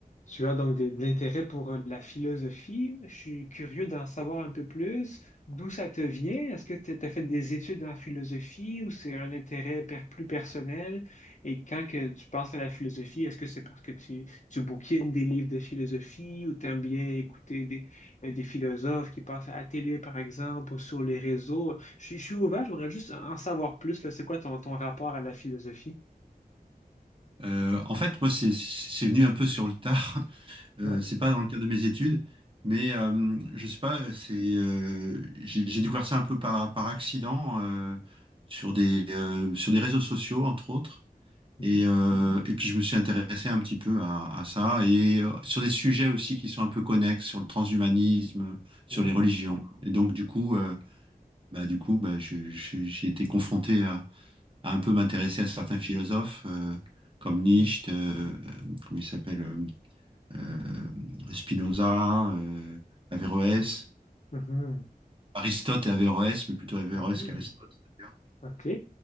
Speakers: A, on the left; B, on the right.
A: Tu as donc de, de l'intérêt pour la philosophie. Je suis curieux d'en savoir un peu plus. D'où ça te vient? Est-ce que tu as fait des études en philosophie ou c'est un intérêt per- plus personnel? Et quand que tu penses à la philosophie, est-ce que c'est parce que tu, tu bouquines des livres de philosophie ou t'aimes bien écouter des, euh, des philosophes qui passent à la télé, par exemple, ou sur les réseaux? Je, suis je suis ouvert, j'aimerais juste en savoir plus, là. C'est quoi ton, ton rapport à la philosophie?
B: Euh, en fait, moi, c'est c'est venu un peu sur le tard. <laughs> Euh,
A: Ouais.
B: c'est pas dans le cadre de mes études, mais euh, je sais pas. C'est euh, j'ai j'ai découvert ça un peu par par accident euh, sur des euh, sur des réseaux sociaux entre autres.
A: Mhm.
B: Et euh, et puis je me suis intéressé un petit peu à, à ça et euh, sur des sujets aussi qui sont un peu connexes sur le transhumanisme, sur
A: Oui.
B: les religions. Et donc du coup, euh, bah du coup, bah je- je- j'ai été confronté à à un peu m'intéresser à certains philosophes euh, comme Nietzsche,
A: Oui.
B: euh, euh, comment il s'appelle, euh, euh, Spinoza, euh, Averroès,
A: Oui. Mhm.
B: Aristote et Averroès, mais plutôt Averroès
A: Ah oui,
B: qu'Aristote. d'ailleurs.
A: OK.